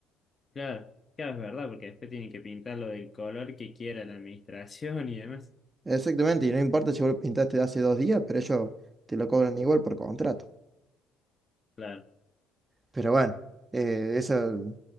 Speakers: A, on the left; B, on the right.
A: Claro, claro, es verdad, porque después tienen que pintarlo del color que quiera la administración y demás.
B: Exactamente, y no importa si vos lo pintaste hace dos días, pero ellos te lo cobran igual por contrato.
A: claro
B: Pero bueno, eh, eso